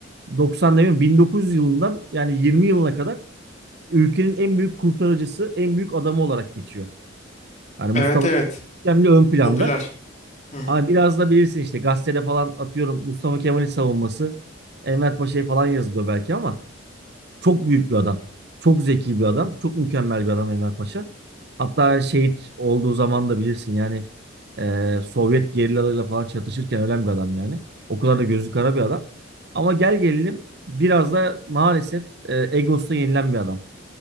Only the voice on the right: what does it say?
90 demiyorum 1900 yılından yani 20 yılına kadar ülkenin en büyük kurtarıcısı, en büyük adamı olarak geçiyor. Yani Mustafa
Kemal ön planda.
Ama biraz da bilirsin işte gazetede falan atıyorum Mustafa Kemal'in savunması, Enver Paşa'yı falan yazılıyor belki ama çok büyük bir adam. Çok zeki bir adam. Çok mükemmel bir adam Enver Paşa. Hatta şehit olduğu zaman da bilirsin yani e, Sovyet gerillalarıyla falan çatışırken ölen bir adam yani. O kadar da gözü kara bir adam. Ama gel gelelim biraz da maalesef e, egosuna yenilen bir adam.